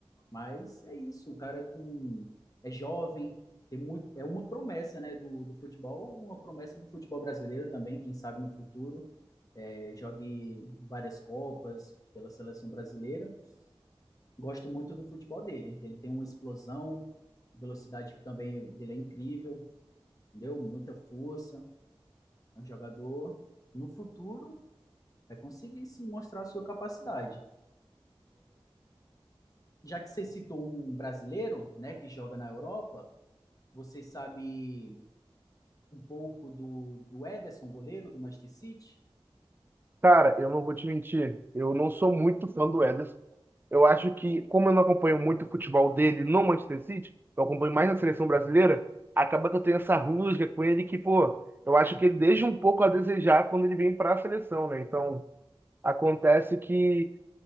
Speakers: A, on the left; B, on the right.
A: Mas é isso, o cara é com é jovem, tem muito, é uma promessa, né, do, do futebol, uma promessa do futebol brasileiro também, quem sabe no futuro, é, jogue várias copas pela seleção brasileira. Gosto muito do futebol dele, ele tem uma explosão, velocidade também dele é incrível, entendeu? Muita força, é um jogador no futuro vai conseguir sim mostrar a sua capacidade. Já que você citou um brasileiro, né, que joga na Europa, você sabe um pouco do, do Ederson, goleiro do Manchester City?
B: Cara, eu não vou te mentir, eu não sou muito fã do Ederson. Eu acho que, como eu não acompanho muito o futebol dele no Manchester City, eu acompanho mais na seleção brasileira, acaba que eu tenho essa rusga com ele que, pô, eu acho que ele deixa um pouco a desejar quando ele vem para a seleção, né? Então, acontece que